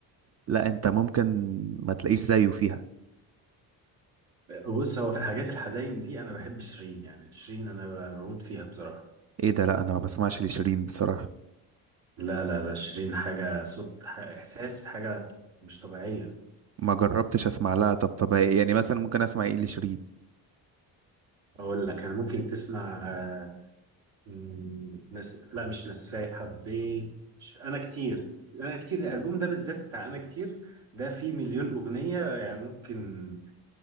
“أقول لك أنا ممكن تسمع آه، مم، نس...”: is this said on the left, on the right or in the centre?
Right